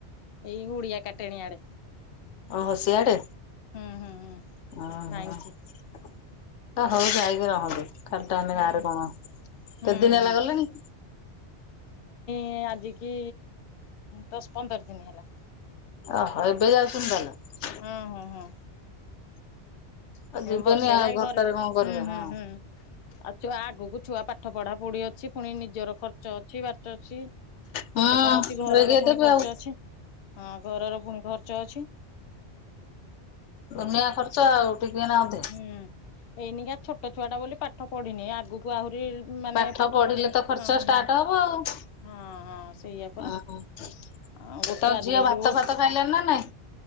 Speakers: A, on the left; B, on the left.
A: ଏଇ ଉଡିଆ କାଟେଣି ଆଡେ,
B: ଓ ହସିିଆଡେ
A: ହୁଁ ହୁଁ ହୁଁ।
B: ଓ
A: ମାଇଁଛି
B: ହୋ ତ ହଉ ଯାଇକି ରହନ୍ତୁ ଖାଲିଟାନ
A: ହୁଁ
B: ଗାଁରେ କଣ କେତେ
A: ହୁଁ
B: ଦିନ ହେଲା
A: ହୁଁ।
B: ଗଲେଣିି।
A: ମାନେ ଆଜି କି ଦଶ ପନ୍ଦର ଦିନ ହେଲା।
B: ଓହୋ ଏବେ ଯାଉଛନ୍ତି ତାହେଲେ
A: ହଁ ହଁ ହଁ
B: ଆଉ ଯିବେନି
A: ବର୍ଷେ ହେଲା
B: ଆଉ ଘରଟାରେ
A: ଘରେ
B: କଣ କରିବେ
A: ହୁଁ ହୁଁ
B: ହଁ।
A: ହୁଁ ଆଉଛୁଆ ଆଗକୁ ଛୁଆ ପାଠ ପଢା ପଢି ଅଛି ପୁଣି ନିଜର ଖର୍ଚ୍ଚ ଅଛି ବାର୍ଚ ଅଛି।
B: ହୁଁ
A: କେତେ କଣ ଅଛି ଘରର
B: ଲଗେଇ
A: ପୁଣି
B: ଦେବେ
A: ଖର୍ଚ୍ଚ
B: ଆଉ
A: ଅଛି। ହଁ ଘରର ପୁଣି ଖର୍ଚ୍ଚ ଅଛି,
B: ଦୁନିଆ ଖର୍ଚ୍ଚ ଆଉ ଟିକେ ନା ଅଧେ
A: ହୁଁ। ଏଇନିକା ଛୋଟ ଛୁଆଟା ବୋଲି ପାଠ ପଢିନି ଆଗକୁ ଆହୁରି ମାନେ
B: ପାଠ ପଢିଲେ
A: ପଢିବେ
B: ତ ଖର୍ଚ୍ଚ
A: ହଁ
B: ଷ୍ଟାର୍ଟ
A: ହଁ।
B: ହବ ଆଉ
A: ହଁ ହଁ ସେଇଆ ପରା
B: ଓହୋ
A: ଆଉ ଗୋଟେ
B: ତମ
A: ଆଜିକାଲି
B: ଝିଅ ଭାତ
A: ହଁ
B: ଫାତ ଖାଇଲାଣିି ନା ନାଇଁ।